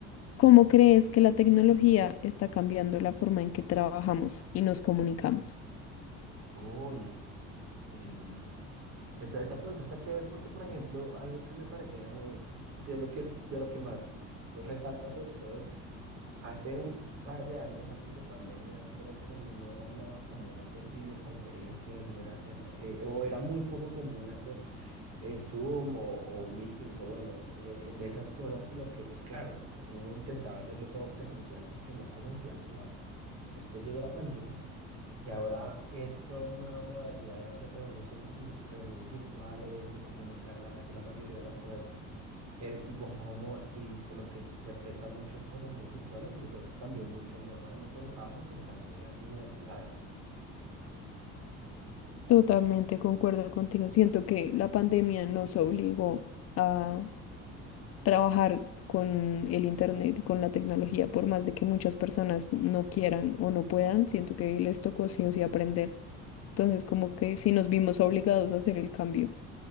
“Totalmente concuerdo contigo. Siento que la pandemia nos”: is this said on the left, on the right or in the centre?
Left